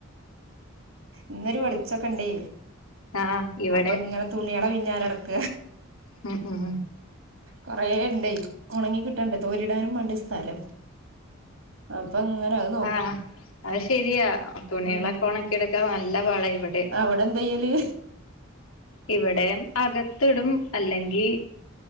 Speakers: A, on the right; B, on the left.
A: ഇന്നൊരു വെളിച്ചൊക്കെ ഇണ്ടേ
B: ആഹ് ഇവിടെ
A: അപ്പൊ ഇങ്ങനെ തുണ്യാളെ പിന്നാലെ നടക്ക
B: ഉം ഉം
A: കൊറെേ ഇണ്ടേയ് ഉണങ്ങി കിട്ടണ്ടേ തോരിടാനും വേണ്ടെ സ്ഥലം അപ്പൊ അങ്ങനെ അത്‌
B: ആഹ അത് ശെരിയാ തുണ്യാളൊക്കെ
A: ഉം
B: ഉണക്കി ഇടുക്കാ നല്ല പാട ഇവിടെ
A: അവിടെ എന്ത ചെയ്യല്
B: ഇവിടെ അകത്തിടും അല്ലെങ്കിൽ